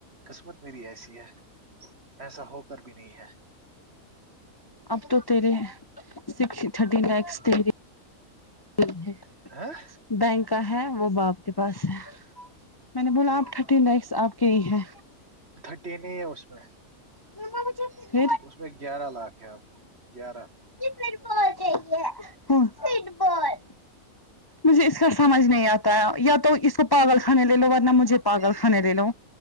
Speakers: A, on the right (about 45°); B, on the left (about 20°).
A: قسمت میری ایسی ہے ایسا ہو کر بھی نہیں ہے
B: اب تو تریے سکس تھرٹی لیکس تری <unintelligible>
A: ہاں
B: بینکا ہے وہ باپ کے پاس ہے میں نے بولا آپٹھ نس آپ کے ہی ہے
A: تھرٹین ہی ہے اس میں
B: <unintelligible>
A: اس میں گیارہ لاکھ ہے اب گیارہ
B: فٹ بال چاہیے فٹ بال مجھے اس کا سمج نہیں آتا یا تو اس کو پاگل خھانے لے لو ورنہ مجھے پاگل خھانے لے لو